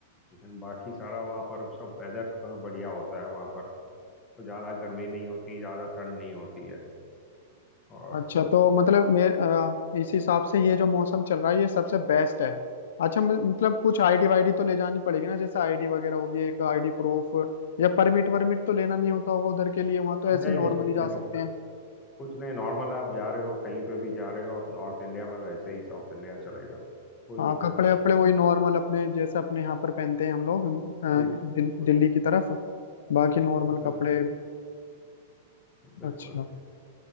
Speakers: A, on the left (about 20°); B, on the left (about 75°).
A: लेकिन बाकी सारा वहाँ पर सब वेदर बढ़िया होता है वहाँ पर तो ज़्यादा गर्मी नहीं होती ज़्यादा ठंड नहीं होती है और
B: अच्छा तो मतलब मेरे अ, इस हिसाब से ये जो मौसम चल रहा है ये सबसे बेस्ट है अच्छा म- मतलब कुछ आईडी वाईडी तो ले जानी पड़ेगी ना जैसे आईडी वगैरह होगी एक आईडी प्रूफ या परमिट वर्मिट तो लेना नहीं होता होगा उधर के लिए वहां तो ऐसे
A: नहीं,
B: नॉर्मली
A: नहीं, कुछ
B: जा
A: नहीं होता
B: सकते हैं
A: है। कुछ नहीं नॉर्मल आप जा रहे हो, कहीं पे भी जा रहे हो, आप नॉर्थ इंडिया में वैसे ही साउथ इंडिया चले जाओ, कोई
B: हाँ
A: दिक्कत
B: कपड़े
A: नहीं
B: वपड़े
A: है।
B: वही नॉर्मल अपने जैसे अपने यहाँ पर पहनते हैं हम लोग अ,
A: बिल
B: दिल,
A: बिल्कुल,
B: दिल्ली की तरफ बाकी नॉर्मल
A: बिल
B: कपड़े
A: बिल्कुल।
B: अच्छा